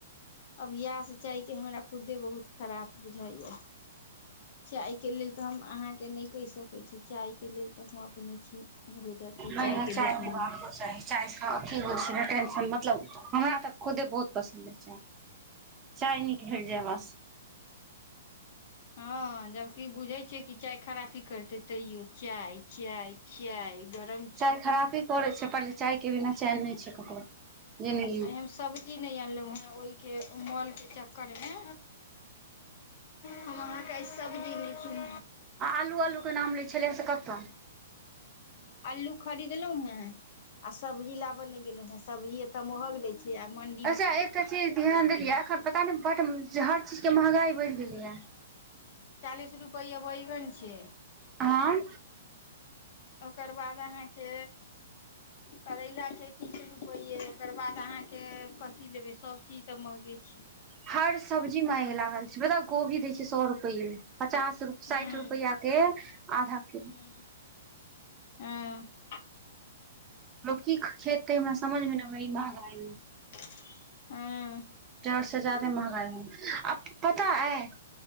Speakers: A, on the left; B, on the right.
A: अबयास चाय के हमरा खुदे बहुत खराब बुझइये चााय के लेल तऽ हम अहाँ के नय कहि सक कहै छी चाय के लेल तऽ हम अपने छी बहुत अथी
B: नै
A: चाय
B: नै
A: के दुश्मन
B: पीबाको चाही चाय सँ अथी होइ छै ने टेंशन मतलब हमरा तऽ खुदे बहुत पसन्द या चाय चाय निक भेट जाय बस
A: हँ जबकि बुझे छै कि चाय खराबी करते तैयो चाय चाय चाय गरम
B: चाय खराबी करै छै पर चाय के बिना चैन नय छै ककरो जिनगी मे।
A: आइ हम सब्जी नय आनलहुँ हेँ ओहिके मॉल के चक्कर मे हम अहाँके आई सब्जी नय किन
B: आ आलू आलू के नाम लै छलिय से कतऽ
A: अलू खरीदलहुं हें आ सब्जी लाबे ने गेलो हे सब्जी एते महग दय छी आ मन
B: अच्छा एकटा चीज ध्यान देलियै अखन पता नय ब हर चीज के महंगाई बढ़ गेलै या
A: चालीस रुपैआ बैगन छै
B: आई
A: ओकर बाद अहाँ के करैला छै तीस रुपैेये ओकर बाद अहाँके कथी लेबै सभचीज तऽ महगे छय
B: हर सब्जी मा आग लागल छै बताउ कोभी दय छै सए रुपये पचास
A: हूँ
B: साठि रुपआ के आधा किलो
A: <unintelligible> हँ
B: लोक की खेतै हमरा समझ में नै आबै यऽ ई महंगाई में
A: <unintelligible>
B: चार से जादे महंगाई है आ पता आए